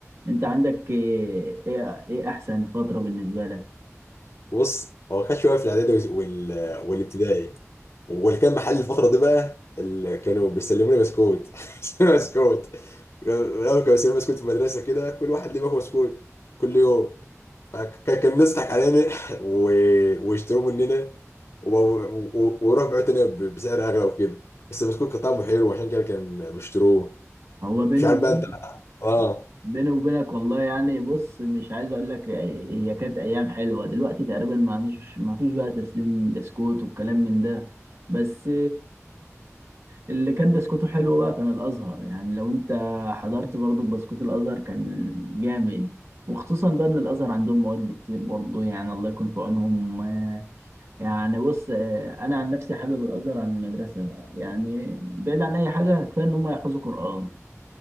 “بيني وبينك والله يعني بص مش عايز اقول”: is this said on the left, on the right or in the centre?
Right